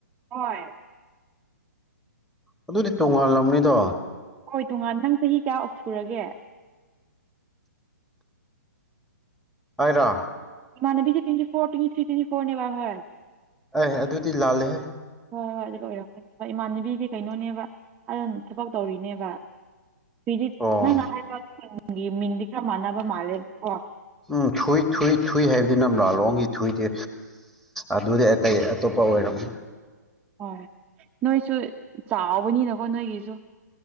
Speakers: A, on the right; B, in the centre.
A: ꯍꯣꯏ
B: ꯑꯗꯨꯗꯤ ꯇꯣꯉꯥꯜꯂꯝꯅꯤꯗꯣ
A: ꯍꯣꯏ ꯇꯣꯉꯥꯟ ꯅꯪ ꯆꯍꯤ ꯀꯌꯥ ꯁꯨꯔꯒꯦ
B: ꯑꯥꯏꯔ
A: ꯃꯅꯕꯤ ꯇ ꯐꯣꯔ ꯇ꯭ꯋꯤ ꯊ꯭ ꯇ꯭ꯋ ꯐꯣꯔꯅꯦꯕ ꯍꯥꯏ
B: ꯑꯩ ꯑꯗꯨꯗꯤ ꯂꯥꯜꯂꯦꯍꯦ
A: ꯍꯣꯏ ꯍꯣꯏ ꯑꯗꯨ ꯂꯣꯏꯔꯝꯀꯅꯦꯕ ꯏꯃꯥꯟꯅꯕꯤꯗꯤ ꯀꯩꯅꯣꯅꯦꯕ ꯑꯗꯨ ꯊꯕꯛ ꯇꯧꯔꯤꯅꯦꯕ ꯐ꯭ꯗꯤ
B: ꯑꯣ
A: ꯅꯪꯅ ꯍꯥꯏꯕ ꯈꯒꯤ ꯃꯤꯟꯗꯤ ꯈꯔ ꯃꯥꯟꯅꯕ ꯃꯥꯜꯂꯦꯕ ꯀꯣ
B: ꯎꯝ ꯊꯨꯏ ꯊꯨꯏ ꯊꯨꯏ ꯍꯥꯏꯕꯗꯤ ꯅꯝ ꯂꯥꯂꯣꯡꯒꯤ ꯊꯨꯏꯗꯦ ꯑꯗꯨꯗꯤ ꯑꯇꯩ ꯑꯇꯣꯞꯄ ꯑꯣꯏꯔꯝꯅꯤ
A: ꯍꯣꯏ ꯅꯣꯏꯁꯨ ꯆꯥꯎꯥꯛꯕꯅꯤꯅꯀꯣ ꯅꯣꯏꯒꯤꯁꯨ